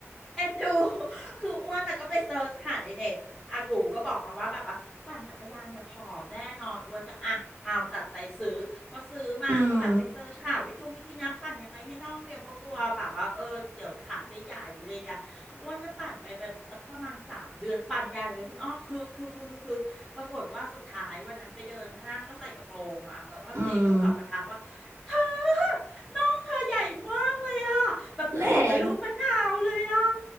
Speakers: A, in the centre; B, on the right.
A: เอ็นดู <laughs> คืออ้วนอะก็ไปเซิร์ชหาในเน็ตอากูก็บอกมาว่าแบบว่าปั่นจักรยานเนี่ยผอมแน่นอนอ้วนก็อ่ะเอาวตัดใจซื้อพอซื้อมาก็แบบไปเซิร์ชหาวิธงวิธีนับปั่นยังไงให้น่องเรียวเพราะกลัวแบบว่าเออเดี๋ยวขาจะใหญ่อะไรเงี้ยอ้วนก็ปั่นไปไปสักประมาณสามเดือนปั่นใหญ่เลยคุณอ้อคือคือคือคือคือปรากฏว่าสุดท้ายวันนั้นไปเดินห้างก็ใส่กระโปรงมั้งแล้วก็เจก็แบบว่าทักว่า
B: อืมอืม
A: เธอน้องเธอใหญ่มากเลยอะแบบปูดเป็นลูกมะนาวเลยอะ
B: แรง